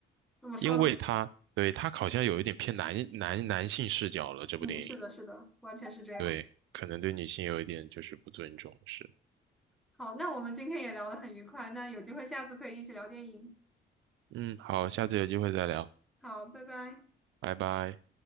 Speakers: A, in the centre; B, on the right.
A: 怎么说呢？
B: 因为它对它好像有一点偏男男男性视角了，这部电影，
A: 嗯，是的，是的，完全是这样。
B: 对，可能对女性有一点就是不尊重，是。
A: 好，那我们今天也聊得很愉快，那有机会下次可以一起聊电影。
B: 嗯，好，下次有机会再聊，
A: 好，拜拜。
B: 拜拜。